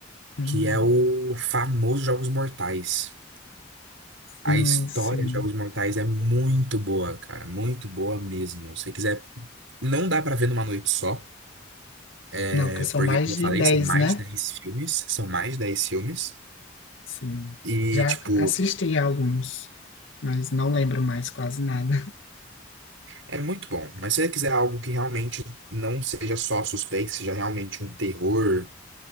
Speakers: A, on the left (about 75°); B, on the right (about 80°).
A: Hum.
B: que é o famoso Jogos Mortais.
A: Sim,
B: A história
A: sim.
B: de Jogos Mortais é muito boa, cara, muito boa mesmo. Se você quiser, não dá pra ver numa noite só,
A: Não,
B: é
A: que são
B: porque,
A: mais
B: como eu
A: de
B: falei,
A: dez
B: são mais
A: né?
B: de 10 filmes, são mais de 10 filmes.
A: Sim.
B: E,
A: Já
B: tipo,
A: assisti a alguns, mas não lembro mais quase nada.
B: É muito bom, mas se você quiser algo que realmente não seja só suspense, seja realmente um terror,